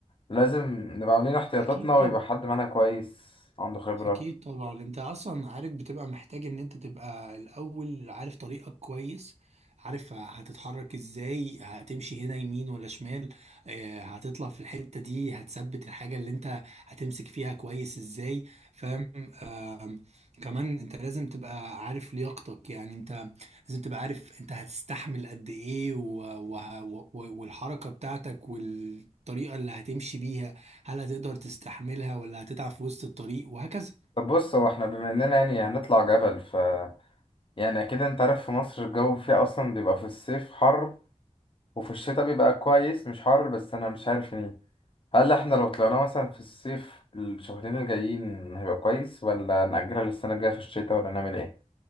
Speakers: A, on the left; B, on the right.
A: نبقى عاملين احتياطاتنا
B: اكيد
A: ويبقى
B: طبعا
A: حد معانا كويس عنده خبرة
B: اكيد طبعا انت اصلا عارف بتبقى محتاج ان انت تبقى الاول عارف طريقك كويس عارف هتتحرك ازاي هتمشي هنا يمين ولا شمال آه، هتطلع في الحتة دي هتثبت الحاجة اللي انت هتمسك فيها كويس ازاي فاهم آم، كمان انت لازم تبقى عارف لياقتك يعني انت لازم تبقى عارف انت هتستحمل قد ايه و... و... و... والحركة بتاعتك والطريقة اللي هتمشي بيها هل هتقدر تستحملها ولا هتتعب في وسط الطريق وهكذا
A: طب بص هو احنا بما إننا يعني هنطلع جبل ف يعني أكيد أنت عارف في مصر الجو فيها أصلا بيبقى في الصيف حر وفي الشتاء بيبقى كويس مش حر بس أنا مش عارف يعني هل احنا لو طلعنا مثلا في الصيف الشهرين الجايين هيبقى كويس ولا نأجلها للسنة الجاية في الشتاء ولا نعمل ايه؟